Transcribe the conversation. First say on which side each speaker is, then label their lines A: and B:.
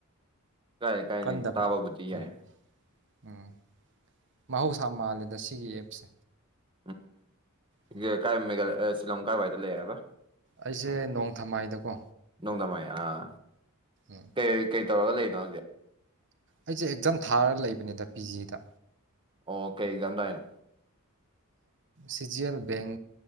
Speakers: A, on the right; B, on the right.
A: ꯀꯥꯏ ꯀꯥꯏ
B: ꯀꯟꯗꯕ꯭ꯔꯥ
A: ꯇꯥꯕꯕꯨꯗꯤ ꯌꯥꯏ
B: ꯎꯝ ꯎꯝ ꯃꯍꯧꯁꯥ ꯃꯥꯜꯂꯦꯗ ꯁꯤꯒꯤ ꯑꯦꯞꯁꯦ
A: ꯎꯝ
B: ꯎꯝ
A: ꯀꯥꯏ ꯃꯦꯒ ꯁꯤ ꯂꯂꯪ ꯀꯥꯕꯥꯏꯗ ꯂꯩꯌꯦꯕ
B: ꯑꯩꯁꯦ ꯅꯣꯡ ꯊꯝꯃꯥꯏꯗꯀꯣ
A: ꯅꯣꯡꯗꯝꯃꯥꯏ ꯑꯥ
B: ꯎꯝ
A: ꯀꯩ ꯀꯩ ꯇꯧꯔꯒ ꯂꯩ ꯗ
B: ꯑꯩꯁꯦ ꯑꯦꯛꯖꯥꯝ ꯊꯥꯔꯒ ꯂꯩꯕꯅꯤꯗ ꯄꯤ ꯖꯤꯗ
A: ꯑꯣ ꯀꯩ ꯀꯗꯅ
B: ꯁꯤꯖꯤꯜꯏ ꯕꯦꯡ